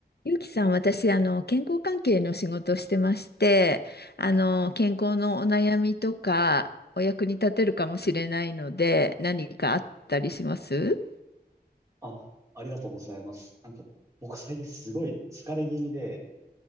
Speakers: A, on the left; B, on the right.
A: ゆうきさん、私、あの、健康関係の仕事をしてまして、あの、健康のお悩みとか、お役に立てるかもしれないので、何かあったりします
B: あ、ありがとうございます。なんか、僕最近すごい疲れ気味で、